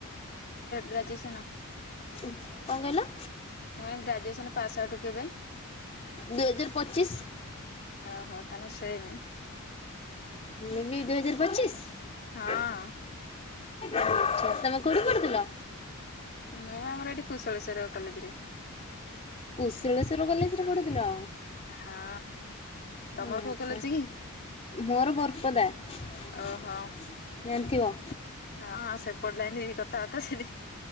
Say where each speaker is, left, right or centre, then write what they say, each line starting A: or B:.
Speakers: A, on the left; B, on the left.
A: ଗ୍ରାଜୁଏସନ୍।
B: କଣ କହିଲ?
A: ମୁଁ କହିଲି ଗ୍ରାଜୁଏସନ ପାସେ ଆଉଟ୍ କେବେ?
B: ଦୁଇ ହଜାର ପଚିଶ
A: ଓ ହୋ ତାନେ ସେମେ।
B: ମୁଁ ବି ଦୁଇ ହଜାର ପଚିଶ।
A: ହଁ
B: ଆଛା ତମେ କୋଉଠି ପଢୁଥିଲ?
A: ମୁଁ ଆମର ଏଠି କୁଶଳେଶ୍ୱର କଲେଜରେ।
B: କୁଶଳେଶ୍ଵର କଲେଜ ରେ ପଢୁଥିଲ।
A: ହଁ ତମର
B: ଆଚ୍ଛା
A: କୋଉ କଲେଜ୍ କି?
B: ମୋର ବର୍ପଦା ଜାଣିଥିବ
A: ଓହୋ ହଁ ସେପଟ ଲାଇନ କଥାବାର୍ତ୍ତା ସେଠି